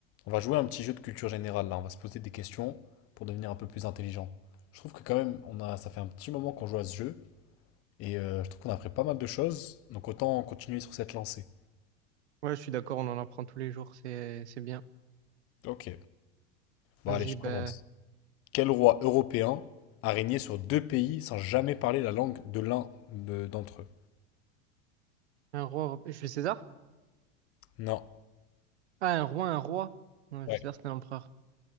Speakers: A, on the left; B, on the right.
A: On va jouer un petit jeu de culture générale là, on va se poser des questions pour devenir un peu plus intelligent. Je trouve que quand même, on a, ça fait un petit moment qu'on joue à ce jeu et euh, je trouve qu'on a appris pas mal de choses, donc autant continuer sur cette lancée.
B: Ouais, je suis d'accord, on en apprend tous les jours, c'est c'est bien.
A: Ok, bon
B: Vas-y,
A: allez, je
B: ben,
A: commence. Quel roi européen a régné sur deux pays sans jamais parler la langue de l'un de- d'entre eux?
B: un roi, Jules César?
A: Non.
B: Ah, un roi, un roi. Non,
A: Ouais.
B: Jules César, c'était un empereur.